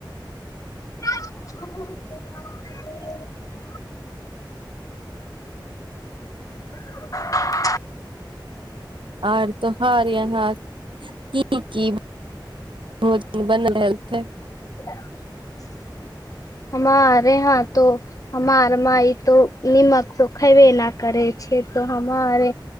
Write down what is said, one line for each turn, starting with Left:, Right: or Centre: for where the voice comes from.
Left: <inaudible> <inaudible>
Right: और तोहार यहाँ कि की भोजन बन रहल छै
Left: <inaudible> हमार यह तो हमार माइ तो नीमक तो खायबे न करे छै छै त हमार